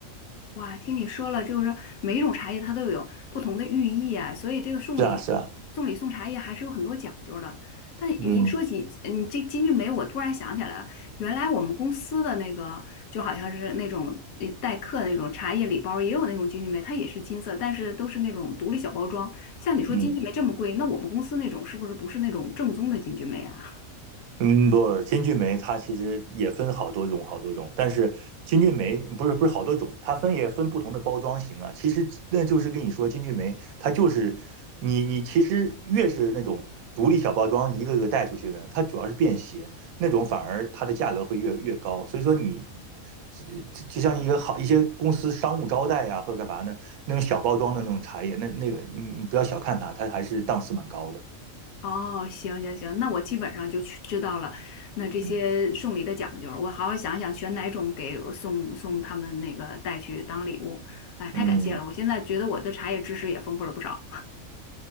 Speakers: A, on the left; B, on the right.
A: 哇，听你说了，就是每一种茶叶它都有不同的寓意啊，所以这个送礼送礼送茶叶还是有很多讲究的。
B: 是啊，是啊，
A: 但你一说起你这金骏眉，
B: 嗯
A: 我突然想起来了，原来我们公司的那个就好像是那种呃待客的那种茶叶礼包，也有那种金骏眉，它也是金色，但是都是那种独立小包装。像你说金骏眉这么贵，
B: 嗯。
A: 那我们公司那种是不是不是那种正宗的金骏眉啊？
B: 嗯，不，金骏眉它其实也分好多种，好多种。但是金骏眉不是不是好多种，它分也分不同的包装型啊。其实那就是跟你说，金骏眉它就是你你其实越是那种独立小包装，一个个带出去的，它主要是便携，那种反而它的价格会越越高。所以说你这这就像一个好一些公司商务招待呀、或者干嘛呢，那种小包装的那种茶叶，那那个你你不要小看它，它还是档次蛮高的。
A: 哦，行行行，那我基本上就去知道了。那这些送礼的讲究，
B: 嗯
A: 我好好想想选哪种给我送送他们那个带去当礼物。哎，太感谢了，
B: 嗯。
A: 我现在觉得我的茶叶知识也丰富了不少。